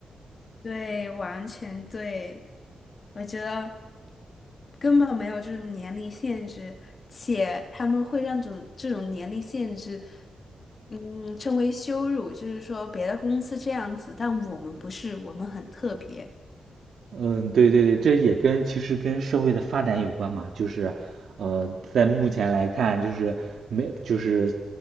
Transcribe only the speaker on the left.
对，完全对。我觉得根本没有这种年龄限制，且他们会让这种这种年龄限制。嗯，称为羞辱，就是说别的公司这样子，但我们不是，我们很特别。